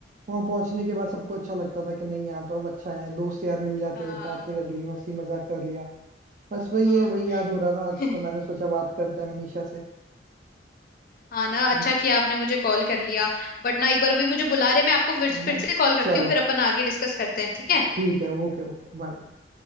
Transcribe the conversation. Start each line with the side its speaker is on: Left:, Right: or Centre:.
Right: वहां पहुंचने के बाद सबको अच्छा लगता था कि नहीं यहाँ तो अब अच्छा है दोस्त यार मिल जाते
Left: हाँ
Right: हैं बातें कर ली हंसी मजाक कर लिया बस वही
Left: हाँ
Right: है वही याद हो रहा था आज
Left: <laughs>
Right: तो मैंने सोचा बात करते हैं मनीषा से
Left: हाँ ना अच्छा
Right: ना
Left: किया आपने मुझे कॉल कर लिया बट ना एक बार अभी मुझे बुला रहे मैं आपको फिर
Right: है ना
Left: फिर से कॉल करती
Right: चलो
Left: हूँ फिर अपन आगे डिस्कस करते हैं ठीक है
Right: ठीक है Okay okay bye